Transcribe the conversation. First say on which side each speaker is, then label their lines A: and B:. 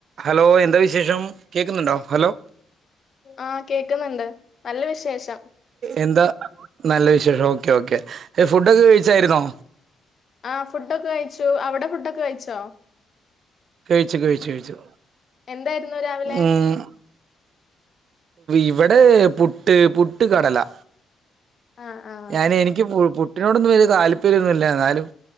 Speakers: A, on the right (about 60°); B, on the left (about 45°).
A: Hello. എന്താ വിശേഷം. കേക്കുന്നുണ്ടൊ. ഹലോ.
B: ആഹ്. കേക്കുന്നുണ്ട്. നല്ല വിശേഷം.
A: എന്താ നല്ല വിശേഷം. Okay okay. ഫുഡൊക്കെ കഴിച്ചായിരുന്നൊ.
B: ആ ഫുഡോക്കെ കഴിച്ചു. അവിടെ ഫുഡൊക്കെ കഴിച്ചൊ.
A: കഴിച്ചു. കഴിച്ചു. കഴിച്ചു.
B: എന്തായിരുന്നു രാവിലെ
A: ഉം ഇവെടെ പുട്ട്. പുട്ട്, കടല
B: ആഹ് ആഹ്
A: ഞാന് എനിക്ക് പു പുട്ടിനോടൊന്നും വല്യ താല്പര്യൊന്നു ഇല്ല ഇന്നാലും